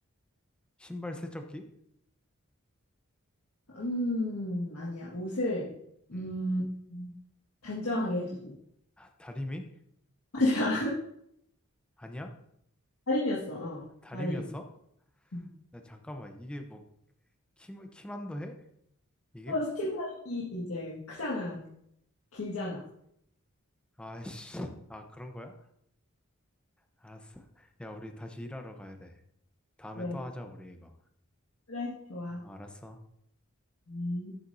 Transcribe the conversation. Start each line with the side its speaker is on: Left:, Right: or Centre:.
Centre: 신발 세척기?
Left: 음, 아니야. 옷을,
Centre: 음.
Left: 음, 단정하게 해주고.
Centre: 다리미?
Left: <laughs> 맞아.
Centre: 아니야?
Left: 다림이었어. 어,
Centre: 다리미였어?
Left: 다림이. 음.
Centre: 나 잠깐만. 이게 뭐, 키, 키만도 해? 이게?
Left: 또 스팀 다림이 이제 크잖아. 길잖아.
Centre: 아씨. 아, 그런 거야? 알았어. 야, 우리 다시 일하러 가야 돼. 다음에
Left: 그래.
Centre: 또 하자, 우리 이거.
Left: 그래. 좋아.
Centre: 아, 알았어.
Left: 음.